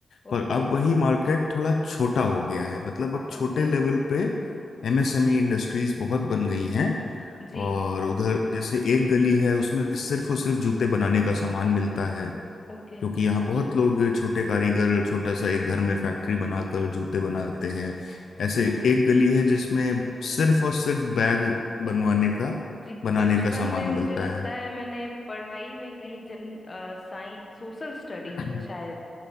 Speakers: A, on the left; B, on the left.
A: पर
B: ओके
A: अब वही मार्केट थोड़ा छोटा हो गया है मतलब अब छोटे
B: ओके
A: लेवल पे एमएसएमई इंडस्ट्रीज बहुत बन गई हैं
B: जी
A: और उधर जैसे एक गली है उसमें सिर्फ और सिर्फ जूते बनाने का सामान मिलता है
B: ओके
A: क्योंकि यहाँ बहुत लोग छोटे कारीगर छोटा सा एक घर में फैक्ट्री बनाकर जूते बनाते हैं ऐसे
B: हम्म
A: एक गली है जिसमें सिर्फ और सिर्फ बैग बनवाने का
B: जी
A: बनाने
B: बचपन
A: का सामान
B: में मुझे
A: मिलता
B: लगता
A: है
B: है मैंने पढ़ाई में कहीं जन साइंस सोशल स्टडीज
A: <laughs>
B: में शायद